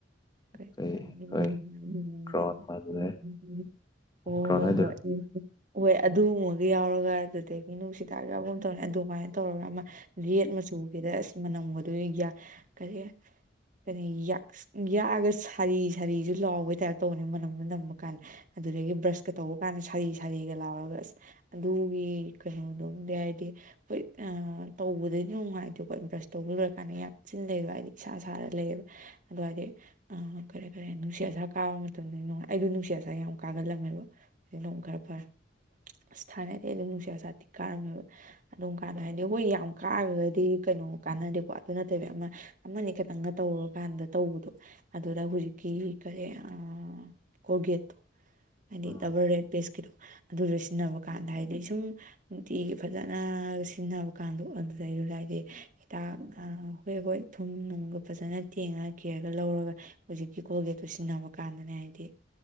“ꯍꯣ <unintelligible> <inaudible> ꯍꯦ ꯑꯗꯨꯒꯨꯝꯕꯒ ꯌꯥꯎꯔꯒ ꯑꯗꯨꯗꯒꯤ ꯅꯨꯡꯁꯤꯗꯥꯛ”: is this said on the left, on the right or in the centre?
Right